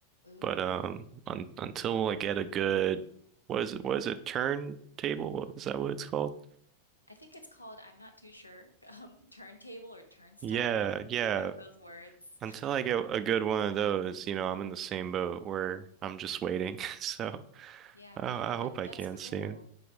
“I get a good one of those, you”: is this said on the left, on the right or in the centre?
Right